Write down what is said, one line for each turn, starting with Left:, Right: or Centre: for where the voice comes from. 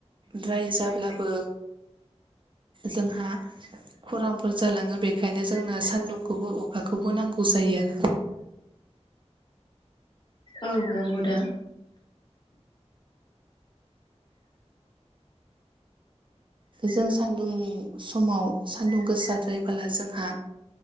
Right: द्राय जाब्लाबो जोंहा खरांफोर जालाङो बेखायनो जोंनो सान्दुंखौबो अखाखौबो नांगौ जायो।
Left: औ नंगौ दा।
Right: जों सान्दुं समाव सान्दुं गोसाद्रायबाला जोंहा